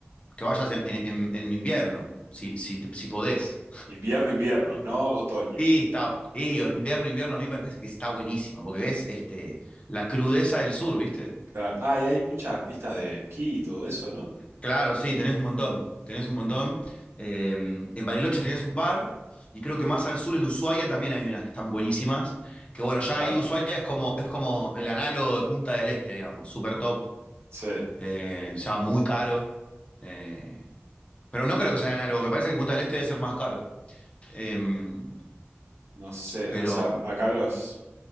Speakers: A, on the left; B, on the right.
A: que vayas en- en- en invierno, si, si, si podés.
B: Invierno, invierno, no otoño.
A: Y está, y invierno, invierno, a mí me parece que está buenísimo, porque ves este, la crudeza del sur, ¿viste?
B: Claro. Ah, y hay muchas pistas de esquí y todo eso, ¿no?
A: Claro, sí, tenés un montón, tenés un montón. Eh, en Bariloche tenés un par, y creo que más al sur, en Ushuaia, también hay unas que están buenísimas, que bueno, ya
B: Claro,
A: ahí Ushuaia es como, es como el análogo de Punta del Este, digamos, super top,
B: sí,
A: eh, ya muy caro. eh, pero no creo que sea el análogo, me parece que Punta del Este debe ser más caro. Em,
B: no sé,
A: pero
B: o sea, acá los